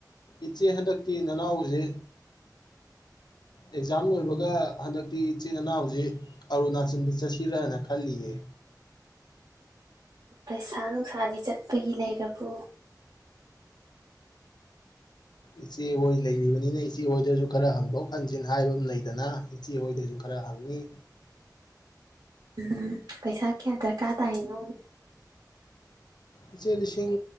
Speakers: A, on the left; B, on the right.
A: ꯏꯆꯦ ꯍꯟꯗꯛꯇꯤ ꯅꯅꯥꯎꯁꯦ ꯑꯦꯛꯖꯥꯝ ꯂꯣꯏꯕꯒ ꯍꯟꯗꯛꯇꯤ ꯏꯆꯦ ꯏꯅꯥꯎꯁ ꯑꯔꯨꯅꯥꯆꯜꯗ ꯆꯠꯁꯤꯔꯅ ꯈꯜꯂꯤꯌꯦ
B: ꯄꯩꯁꯥ ꯅꯨꯡꯁꯥꯗꯤ ꯆꯠꯄꯒꯤ ꯂꯩꯔꯕ
A: ꯏꯆꯦꯍꯣꯏ ꯂꯩꯔꯤꯕꯅꯤꯅ ꯏꯆꯦꯍꯣꯏꯗꯁꯨ ꯈꯔ ꯍꯪꯐꯣꯛ ꯈꯪꯖꯤꯟ ꯍꯥꯏꯕ ꯑꯃ ꯂꯩꯗꯅ ꯏꯆꯦꯍꯣꯏꯗꯁꯨ ꯈꯔ ꯍꯪꯉꯤ
B: ꯎꯝ ꯄꯩꯁꯥ ꯀꯌꯥ ꯗꯔꯀꯥꯔ ꯇ ꯍꯥꯏꯅꯣ
A: ꯏꯆꯦ ꯂꯤꯁꯤꯡ